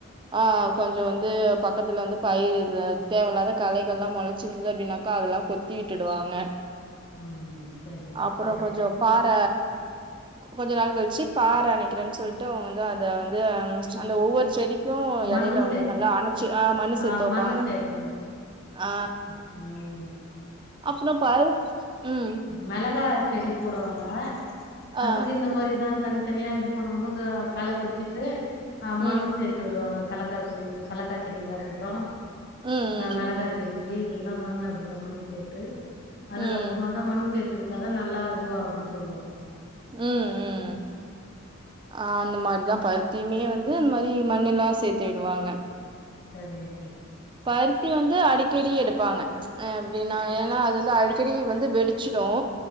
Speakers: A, on the right (about 25°); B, on the left (about 50°).
A: ஆ கொஞ்சோ வந்து பக்கத்துல வந்து பயிரு இது தேவையில்லாத கலைகள் எல்லா முளைச்சிருந்தது அப்டின்னாக்கா அதெல்லா கொத் தி விட்டுவாங்க
B: ம் சரிங்
A: அப்பறோ
B: சரிங்
A: கொஞ்சோ பாற கொஞ்ச நாள் கழிச்சு பாற அனைக்கிறேன்னு சொல்லிட்டு அவுங்க வந்து அத வந்து அந்த ஒவ்வொரு செடி க்கு யெடையில
B: மண்ணு சேப்பு
A: வந்து நல்லா அணைச்சு அ மண்ணு சேத்துவப்பாங்க
B: ஆ மண்ணு சேப்பீங்க
A: ஆ
B: ம்
A: அப்பறோ பாரு ம்
B: மிளகா செடி போடுவாங்க
A: ஆ
B: அதுக்கு இந்த மாரிதா தன் தனியா இது பண்ணுபோது கள கொத்திட்டு அ
A: ம்
B: மண்ணு சேத்து விடுவாங்க களக்கா கொடிக்கு கலக்கா செடிக்கா இருக்கட்டு
A: ம்
B: மிளகா செடிக் கி இதுக்குலா மண்ணு அப்டிதா மண்ணு சேர்த்து அதுக்கப்பறமா
A: ம் ம்
B: தா மண்ணு சேர்த்து வித்து விட்டாதா நல்லா இதுவாகுன்னு சொல்லுவாங்க
A: ம் ம் ம் ஆ அந்த மாரிதா பருத்தியுமே வந்து இந்த மாரி மண்ணு எல்லா சேத்து விடுவாங்க
B: சேரிங்க
A: பருத்தி வந்து அடிக்கடி எடுப்பாங்க ஆ அப்டின்னா ஏன்னா அது வந்து அடிக்கடி வந்து வெடிச்சுடு